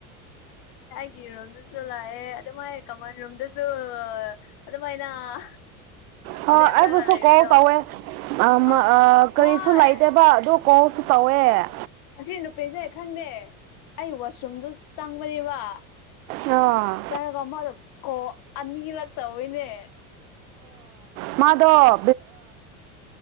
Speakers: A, on the left (about 60°); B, on the right (about 75°).
A: ꯔꯣꯝꯗꯁꯨ ꯂꯥꯛꯑꯦ ꯑꯗꯨꯃꯥꯏꯅ ꯀꯃꯥꯟ ꯔꯣꯝꯗꯁꯨ ꯑꯗꯨꯃꯥꯏꯅ
B: ꯍꯣꯏ
A: ꯂꯦꯕꯔꯥꯒ
B: ꯑꯩꯕꯨꯁꯨ
A: ꯂꯩꯕ
B: ꯀꯣꯜ
A: ꯇꯣ
B: ꯇꯧꯋꯦ ꯑꯥ ꯃꯥ
A: ꯑ
B: ꯑꯥ ꯀꯔꯤꯁꯨ
A: ꯍꯣꯏ
B: ꯂꯩꯇꯦꯕ ꯑꯗꯨ ꯀꯣꯜꯁꯨ ꯇꯧꯋꯦ
A: ꯁꯤ ꯅꯨꯄꯤꯦꯁ ꯑꯦꯈꯥ ꯈꯪꯗꯦ ꯑꯩ ꯋꯥꯁꯔꯨꯝꯗꯨ ꯆꯪꯕꯅꯦꯕ
B: ꯑꯣ
A: ꯆꯔꯒ ꯃꯥꯗꯣ ꯀꯣ ꯑꯅꯤꯔꯛ ꯇꯧꯋꯣꯏꯅꯦ
B: ꯃꯥꯗ